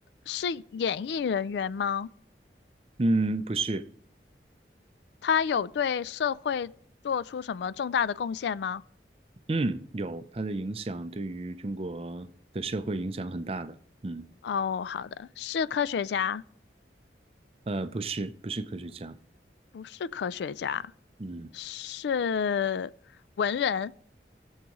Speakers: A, on the left; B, on the right.
A: 是演艺人员吗？
B: 嗯，不是，
A: 他有对社会做出什么重大的贡献吗？
B: 嗯，有，他的影响对于中国的社会影响很大的。嗯，
A: 哦，好的，是科学家，
B: 呃，不是，不是科学家。
A: 不是科学家，
B: 嗯。
A: 是文人，